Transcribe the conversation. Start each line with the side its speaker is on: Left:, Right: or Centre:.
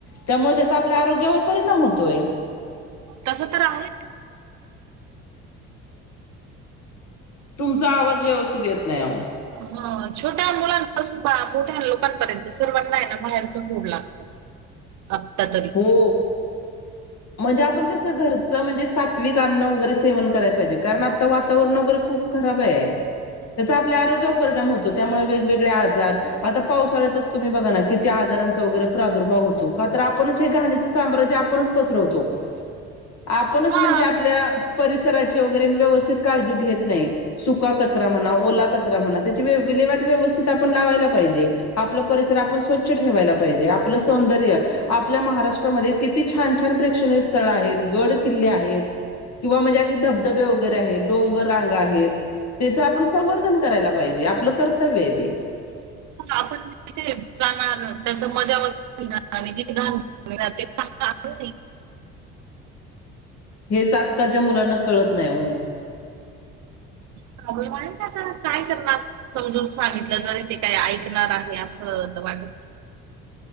Left: त्यामुळे त्याचा आपल्या आरोग्यावर परिणाम होतोय.
Right: तसं तर आहे.
Left: तुमचा आवाज व्यवस्थित येत नाही अहो.
Right: हं छोट्या मुलांपासून बा मोठ्या लोकांपर्यंत सर्वांना आहे ना बाहेरच फूड लाग त आत्ता तरी.
Left: हो. म्हणजे आपण कसं घरचं म्हणजे सात्विक अन्न वगैरे सेवन कराय पाहिजे, कारण आता वातावरण वगैरे खूप खराब आहे, त्याचा आपल्या आरोग्यवर परिणाम होतो त्यामुळं वेगवेगळे आजार आता पावसाळ्यातच तुम्ही बघा ना किती आजारांचा वगैरे प्रादुर्भाव होतो. का तर आपणच हे घाणीचं साम्राज्य आपणच, पसरवतो आपणच
Right: हा
Left: म्हणजे आपल्या. परिसराची वगैरे व्यवस्थित काळजी घेत नाही. सुका कचरा म्हणा. ओला कचरा म्हणा त्यांची विलेवाट व्यवस्थित आपण लावायला पाहिजे. आपलं परिसर आपण स्वच्छ ठेवायला पाहिजे, आपलं सौंदर्य आपल्या महाराष्ट्रामध्ये किती छान. छान प्रेक्षणीय स्थळ आहेत, गड किल्ले आहेत. किंवा म्हणजे असे धबधबे वगैरे आहेत, डोंगर रांगा आहेत. त्यांच आपण संवर्धन करायला पाहिजे, आपलं कर्तव्य आहे ते.
Right: आपण. तिथे जाणार त्याचं मजा <unintelligible>
Left: हेच आजकालच्या मुलांना कळत नाही हो.
Right: प्रॉब्लेम आहेच, आता काय करणार. समजून सांगितलं तरी ते काय ऐकणार आहे. असं वाट